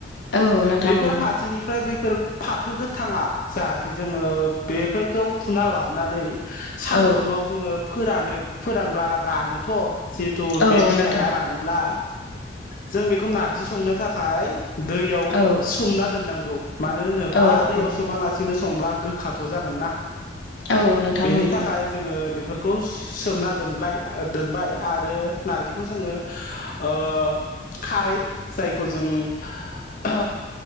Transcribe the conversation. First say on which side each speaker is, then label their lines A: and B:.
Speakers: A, on the left; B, on the left.
A: औ नोंथां
B: बेफोर
A: नंगौ
B: फाथोनिफ्राय बैफोर फाथो गोथाङा जाहाथे जोङो बेफोरखौ फुना लाबनानै सानदुंङाव
A: औ
B: जोङो फोरानो फोरानब्ला रानोथ' जिहेथु
A: औ
B: बे बिलाइआ
A: नोंथां
B: रानब्ला जों बेखौ नारजि संनो थाखाय दैयाव
A: औ
B: सोमना दोननांगौ। मानो होनोब्ला
A: औ
B: दैयाव
A: औ
B: सोमालासिनो संब्ला गोखाथ' जागोन ना।
A: औ नोंथां
B: बेनि
A: नंगौ
B: थाखाय जोङो बेफोर खौ सोमना दोनब्लाय दोनबाय आरो नारजिखौ जोङो ओ खारै जायखौ जों ओ